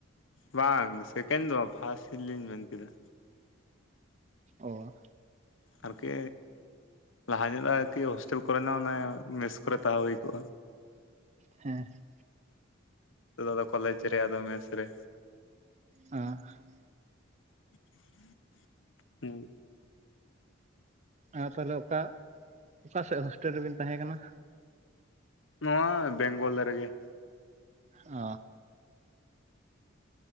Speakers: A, on the left; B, on the right.
A: ᱵᱟᱝ ᱥᱮᱠᱮᱱᱰ ᱫᱚ ᱵᱟᱝ ᱯᱷᱟᱥᱴ ᱨᱮᱞᱤᱧ ᱢᱮᱱ ᱠᱮᱫᱟ᱾
B: ᱳ᱾
A: ᱟᱨᱠᱤ ᱞᱟᱦᱟ ᱧᱚᱜ ᱫᱚ ᱟᱨᱠᱤ ᱦᱳᱥᱴᱮᱞ ᱠᱚᱨᱮᱱᱟᱜ ᱚᱱᱮ ᱢᱮᱥ ᱠᱚᱨᱮ ᱛᱟᱦᱮᱸ ᱦᱩᱭ ᱠᱚᱜ-ᱟ᱾
B: ᱦᱮᱸᱻ ᱦᱮᱸ᱾
A: ᱦᱤᱛᱚᱜ ᱫᱚ ᱟᱫᱚ ᱠᱚᱞᱮᱡᱽ ᱨᱮ ᱟᱫᱚ ᱢᱮᱥ ᱨᱮ,
B: ᱟᱸᱻ
A: <unintelligible>
B: ᱟᱨ ᱛᱟᱦᱚᱞᱮ ᱚᱠᱟ ᱚᱠᱟ ᱥᱮᱫ ᱦᱳᱥᱴᱮᱞ ᱨᱮᱵᱤᱱ ᱛᱟᱦᱮᱸ ᱠᱟᱱᱟ?
A: ᱱᱚᱣᱟ ᱵᱮᱝᱜᱚᱞ ᱨᱮᱜᱮ᱾
B: ᱚ᱾